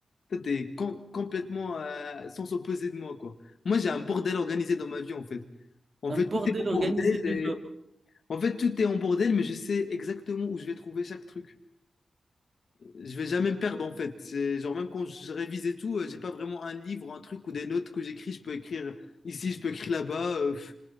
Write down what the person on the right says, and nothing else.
Un
bordel
organisé
développe.